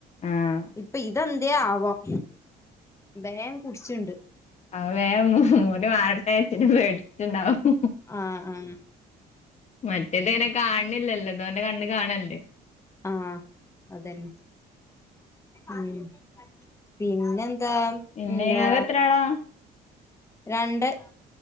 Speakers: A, on the left (about 40°); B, on the left (about 15°).
A: ആഹ്
B: ഇപ്പ ഇതെന്തേ ആവം ബേം കുട്ച്ണ്ട്
A: അഹ് വേ മുറി മാറട്ടെ <unintelligible> പേട്ച്ട്ട്ണ്ടാവും
B: ആഹ് ആഹ്
A: മറ്റേത്ങ്ങനെ കാണ് ണില്ലല്ലോ ഇതോന്റെ കണ്ണ് കാണല്ലേ
B: ആഹ് അതന്നെ ഉം പിന്നെന്താ
A: പിന്നെ
B: എന്താ
A: ഇങ്ങക്ക് എത്ര ആളാ
B: രണ്ട്